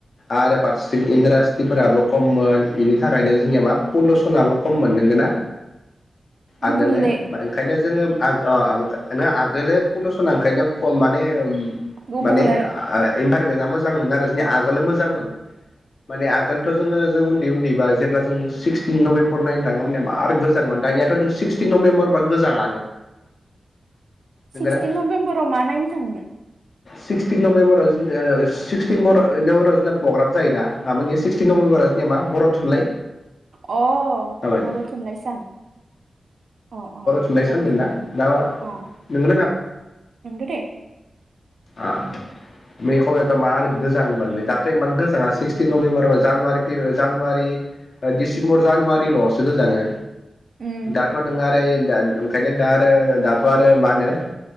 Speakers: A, on the left; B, on the right.
A: आरो फारसेथिं इन्डास्ट्रिफोराबो खममोन थाखायनो जोंनिया मा पलुसनाबो खम मोन नोंगोना?
B: गुबुंले
A: आगोलो बा ओंखायनो जोङो। आग ओ ओंखाम नोङा आगोलो पलुसना ओखायनो खम मा ओम
B: गुबुंले
A: माने ओंखा फेबेका मोजांमोन आरो जोंनिया आगोलनो मोजांमोन माने आगोलथ' जोङो जों उनदै उनदैबा जेब्ला जों सिक्सटिन नभेम्बर नायनो थाङा माने मार गोजाङोमोन दानियाथ' नों सिक्सटिन नभेम्बरबा गोजाङानो नोंगोना
B: सिक्सटिन नभेम्बराव मा नायनो थाङोमोन।
A: सिक्सटिन नभेम्बराव जों ओ सिक्सटिनबर नभेम्बराव जोंना प्रग्राम जायो ना आ मानि सिक्सटिन नभेमबराव जोंनियाव मा बर' थुनलाइ
B: अ
A: मामोन
B: बर' थुनलाइ साम अ अ
A: थुनलाइ
B: बर'
A: सानमोन
B: थु
A: ना दा
B: अ
A: नों
B: नोंगो दे
A: आं मे खमायाथ मार गोजाङोमोनलै दा मान गोजाङा सिक्सटिन नभेम्बरा जानुव फे जानुवारि डिसेम्बर जानुवारिल'सो गोजाङो
B: उम
A: दाथ' नों आरो ओं ओंखायनो दा आरो दाथ' आरो मा होनो